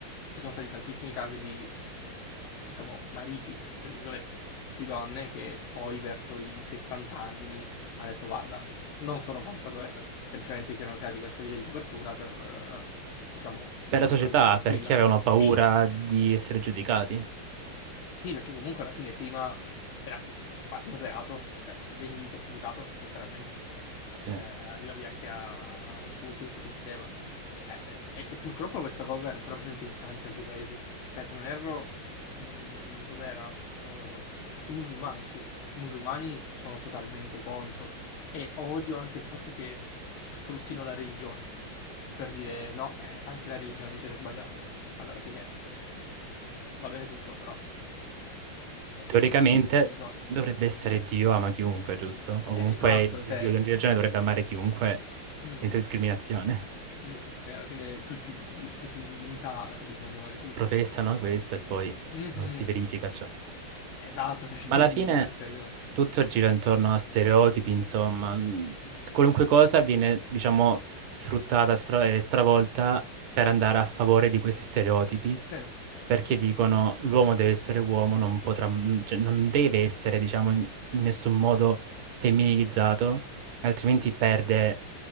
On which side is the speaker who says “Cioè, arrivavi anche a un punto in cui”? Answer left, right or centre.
Left